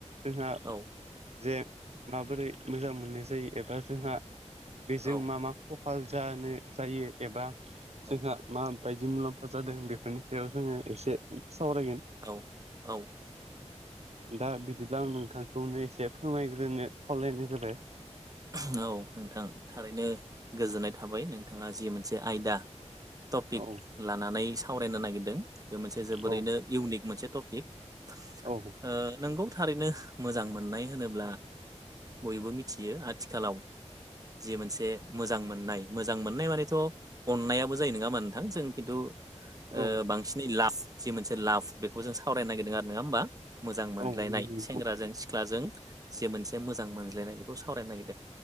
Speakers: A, on the right (about 60°); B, on the right (about 30°).
A: जोंहा
B: औ
A: जे माबोरै मोजां मोननाय जायो एबा जोंहा बेजों
B: औ
A: मा मा कफालल जानो जायो एबा
B: औ
A: जोंहा मा बायदि मुलाम्फा जादों बेफोरनि सायाव जोङो एसे सावरायगोन
B: औ औ
A: दा बिदिब्ला आं नोंथांखौनो एसे फोरमायग्रोनो खावलायनाय जाबाय
B: औ नोंथां थारैनो गोजोननाय थाबाय नोंथांआ जि मोनसे आयदा टपिक
A: औ
B: लानानै सावरायनो नागिरदों बेयो मोनसे जोबोरैनो
A: औ
B: इउनिक मोनसे टपिक
A: औ
B: ओ नोंगौ थारैनो मोजां मोननाय होनोब्ला बयबो मिथियो आथिखालाव जि मोनसे मोजां मोननाय मोजां मोननाय मानिथ' अननायाबो जायो नङा होमबा नोंथां जों खिन्थु ओ
A: औ
B: बांसिनै लाफ जि मोनसे लाबफ बेखौ जों सावरायनो नागिरदों आरो नङा होमबा मोजां मोनज्लायनाय
A: औ नंगौ नोंथां
B: सेंग्राजों सिख्लाजों जे मोनसे मोजां मोनज्लायनाय बेखौ सावरायनो नागिरदों ओ